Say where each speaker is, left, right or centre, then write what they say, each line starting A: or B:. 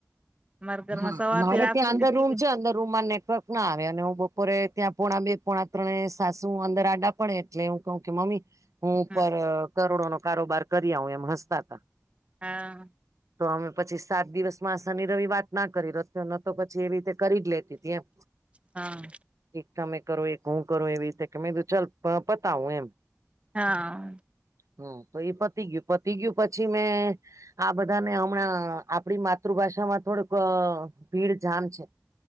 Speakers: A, on the right; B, on the right.
A: અમારા ઘરમાં
B: હા,
A: સવાર
B: મારે
A: થી રાત
B: ત્યાં
A: સુધી
B: અંદર
A: ટીવી
B: રૂમ છે, અંદર રૂમમાં નેટવર્ક ના આવે અને હું બપોરે ત્યાં પોણા બે પોણા ત્રણે સાસુ અંદર આડા પડે એટલે હું કહું કે મમ્મી હું ઉપર
A: હમ
B: કરોડોનો કારોબાર કરી આવ એમ હસતા હતા.
A: હા.
B: તો અમે પછી સાત દિવસમાં શનિ રવિ વાત ના કરી <unintelligible> ન તો પછી એવી રીતે કરી જ લેતી હતી, એમ.
A: હા.
B: એક તમે કરો એક હું કરો એવી રીતે કે કીધું ચાલ પતાવું એમ.
A: હા.
B: હમ્મ, તો એ પતી ગયું, પતી ગયું પછી મેં આ બધા ને હમણાં આપડી માતૃભાષામાં થોડુંક અહ ભીડ જામ છે.